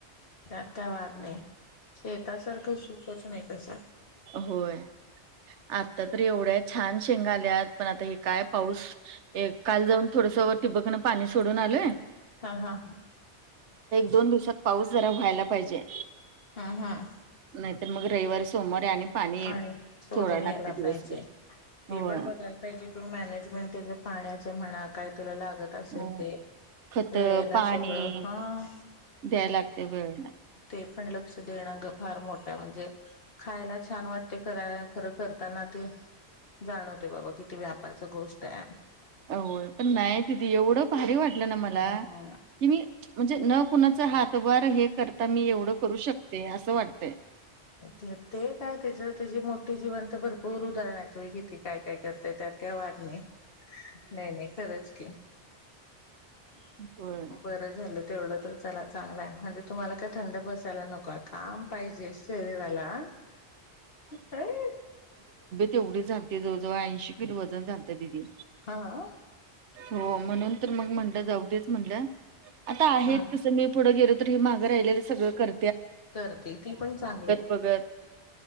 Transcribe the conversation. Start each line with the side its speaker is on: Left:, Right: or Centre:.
Left: त्यात काय वाद नाही शेतासारखं सुखच नाही अस
Right: होय आता तर एवढ्या छान शेंग आल्यात पण आता हे काय पाऊस एक काल जाऊन थोडंसं व टिबकन पाणी सोडून आलोय
Left: हां, हां.
Right: दोन दिवसात पाऊस जरा व्हायला पाहिजे.
Left: आं हां.
Right: नाही तर मग रविवारी सोमवारी आणि
Left: पाणी सोडून
Right: सोडायला
Left: यायला
Right: लागते दिवसभर
Left: पाहिजे. ते
Right: होय
Left: पण बघायला पाहिजे किं, मॅनेजमेंट तेज पाण्याच म्हणा काय करलाग. जे काय असल
Right: हो
Left: ते,
Right: खत
Left: वेळेला
Right: पाणी
Left: सगळं हां.
Right: द्यायला लागते वेळेला
Left: ते पण लक्ष देणं ग फार मो म्हणजे खायला छान वाटते खराय खरं करताना ते जाणवतंय बाबा किती व्यापाच गोष्ट आहे.
Right: होय पण नाही दीदी एवढं भारी वाट लं ना मला
Left: हा.
Right: की मी न कुणाचा हातभार हे करता मी एवढं करू शकते असं वाट ते.
Left: ते ते काय त्याचं त्याजी मोठी जिवंत भरपूर उदाहरणं आहेत. तुम्ही किती काय करताय त्यात काय वाद नाही. नाही नाही खरंच <inaudible>
Right: होय.
Left: बरं झालं तेवढं तर चला चांगलाय म्हणजे तुम्हाला काय थंड बसायला नको काम पाहिजे शरीराला होय
Right: तेवढी झालती जवळ जवळ ऐंशी किलो वजन झालतं दिदी.
Left: हां?
Right: हो म्हणून तर मग म्हणलं जाऊदेच म्हणलं. आता आहेत
Left: हम्म
Right: तसं मी पुढं <unintelligible> मागं राहिले सगळं कर
Left: करते ती पण चांगली.
Right: बघत